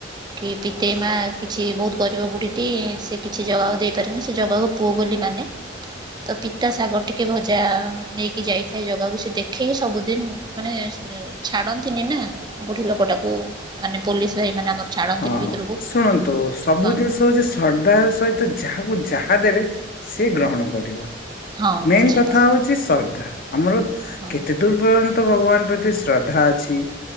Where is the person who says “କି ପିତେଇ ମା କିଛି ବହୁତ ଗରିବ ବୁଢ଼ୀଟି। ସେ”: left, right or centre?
Right